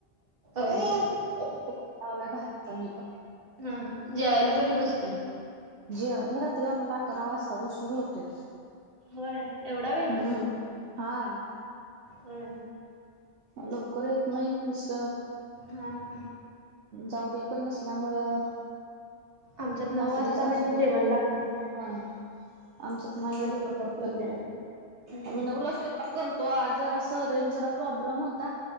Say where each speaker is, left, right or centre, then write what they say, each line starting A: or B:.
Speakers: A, on the right (about 55°); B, on the right (about 75°).
A: अय
B: कुकर लावलाय भाताचा मी पण.
A: हा जेवायला कधी बसताय?
B: जेवला रात्री आम्हाला अकरा वाजतात उशिर होतोय.
A: होय एवढा वेळ?
B: हम्म हा.
A: होय.
B: लवकर येत नाहीत मिस्टर.
A: हां हा.
B: जाऊबाईपण नसल्यामुळं
A: आमच्यात नऊ
B: सासरे
A: वाजता,
B: सासूबाई
A: म्हणजे जेवण
B: पण
A: लागतंय.
B: हा आमचत माय एवढं,
A: लवकर करते. होय.
B: आम्ही नऊ ला स्वयंपाक करतो आज जरा स रेंज प्रॉब्लेम होता,